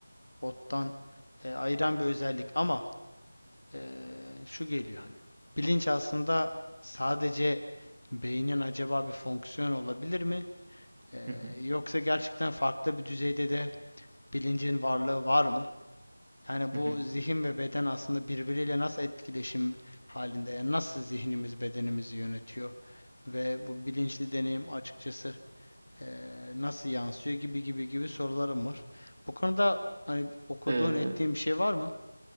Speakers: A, on the left; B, on the right.
A: ottan e, ayıran bir özellik ama e, şu geliyor hani bilinç aslında sadece beynin acaba bir fonksiyon olabilir mi? E,
B: Hı hı.
A: yoksa gerçekten farklı bir düzeyde de bilincin varlığı var mı? Yani
B: Hı
A: bu
B: hı.
A: zihin ve beden aslında birbiriyle nasıl etkileşim halinde? Yani nasıl zihnimiz bedenimizi yönetiyor? Ve bu bilinçli deneyim açıkçası eee, nasıl yansıyor gibi gibi gibi sorularım var. Bu konuda hani okuduğun
B: Ee,
A: ettiğin bir şey var mı?